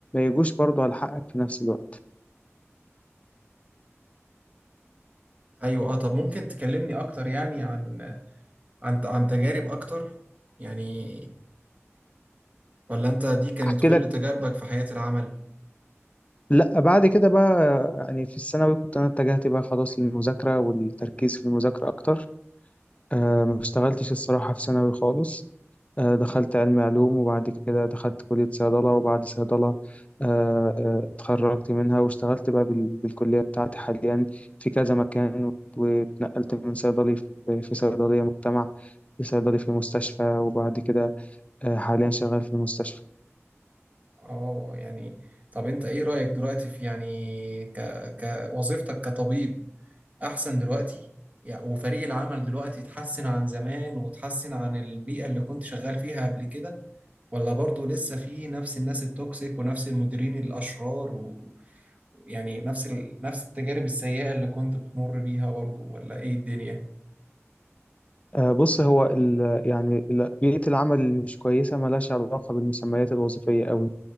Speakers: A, on the left; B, on the right.
A: يجوش برضو على حقك في نفس الوقت.
B: ايوه اه طب ممكن تكلمني اكتر يعني عن عن عن تجارب اكتر يعني ولا انت دي كانت
A: احكي
B: كل
A: لك
B: تجاربك في حياة العمل
A: لا بعد كده بقى يعني في الثانوي كنت انا اتجهت بقى خلاص للمذاكره والتركيز في المذاكره اكتر أه ما اشتغلتش الصراحه في ثانوي خالص أه دخلت علم علوم وبعد كده دخلت كليه صيدله وبعد صيدله أه آه، اتخرجت منها واشتغلت بقى بال- بالكليه بتاعتي حاليا في كذا مكان واتنقلت من صيدلي في في صيدليه مجتمع لصيدلي في مستشفى وبعد كده أه حاليا شغال في المستشفى
B: اه يعني طب انت ايه رأيك دلوقتي في يعني ك... كوظيفتك كطبيب احسن دلوقتي يعني وفريق العمل دلوقتي اتحسن عن زمان وتحسن عن البيئة اللي كنت شغال فيها قبل كده ولا برضو لسه في نفس الناس التوكسيك ونفس المديرين الأشرار و- ويعني نفس ال... نفس التجارب السيئة اللي كنت بتمر بيها برضو ولا ايه الدنيا
A: آه، بص هو ال يعني ال- بيئة العمل اللي مش كويسة ملهاش علاقة بالمسميات الوظيفية قوي